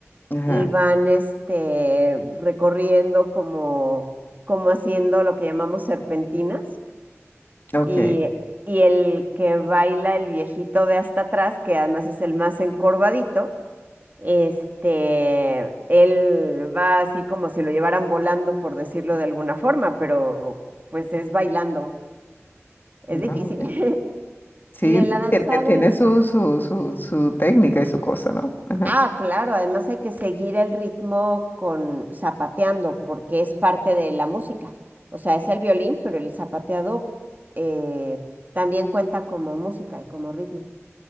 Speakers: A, on the left; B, on the right.
A: ajá,
B: y van, este, recorriendo como, como haciendo lo que llamamos serpentinas
A: ok.
B: y, y el que baila el viejito de hasta atrás, que además es el más encorvadito, este, él va así como si lo llevaran volando, por decirlo de alguna forma, pero pues es bailando. Es difícil.
A: Ah, ok.
B: <laughs>
A: Sí,
B: Y en la danza
A: tiene,
B: del...
A: tiene su, su, su, su técnica y su cosa, ¿no? Ajá.
B: Ah, claro, además hay que seguir el ritmo con zapateando, porque es parte de la música. O sea, es el violín, pero el zapateado eh, también cuenta como música y como ritmo.